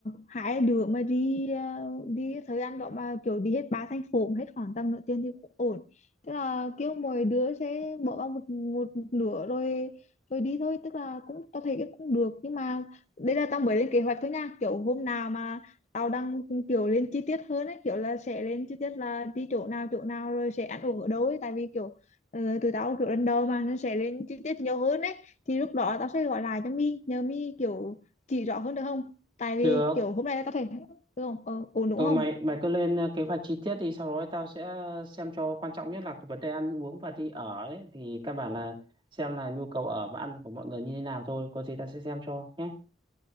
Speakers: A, on the left (about 40°); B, on the right (about 25°).
A: hai đứa mà đi ờ, đi thời gian đó mà kiểu đi hết ba thành phố mà hết khoảng tầm nửa tiền thì cũng ổn tức là kiểu mỗi đứa sẽ bỏ vào một, một, nửa rồi rồi đi thôi tức là cũng tao thấy cái cũng được nhưng mà đây là tao mới lên kế hoạch thôi nha kiểu hôm nào mà tao đang kiểu lên chi tiết hơn ấy kiểu là sẽ lên chi tiết là đi chỗ nào chỗ nào rồi sẽ ăn uống ở đâu ấy tại vì kiểu ờ, tụi tao kiểu lần đầu mà nó sẽ lên chi tiết nhiều hơn ấy thì lúc đó tao sẽ gọi lại cho My nhờ My kiểu chỉ rõ hơn được không tại vì
B: được
A: kiểu hôm nay tao thể ừ, không? Ờ, ổn đúng
B: Ừ
A: không
B: mày mày cứ lên ờ, kế hoạch chi tiết thì sau đó tao sẽ ờ, xem cho quan trọng nhất là cái vấn đề ăn uống và đi ở ấy thì căn bản là xem là nhu cầu ở và ăn của mọi người như thế nào thôi có gì tao sẽ xem cho nhé